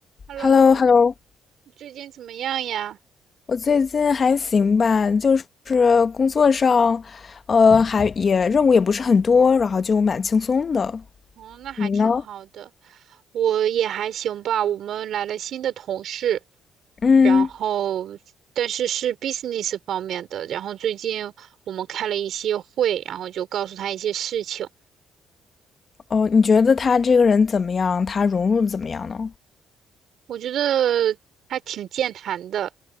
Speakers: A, on the right; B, on the left.
A: Hello，
B: h e l l o h e l l o
A: 你最近怎么样呀？
B: 我最近还行吧，就是工作上，呃，还也任务也不是很多，然后就蛮轻松的。
A: 哦，那还挺好的，
B: 你呢？
A: 我也还行吧。我们来了新的同事，
B: 嗯，
A: 然后但是是 business 方面的，然后最近我们开了一些会，然后就告诉他一些事情。
B: 哦，你觉得他这个人怎么样？他融入的怎么样呢？
A: 我觉得还挺健谈的，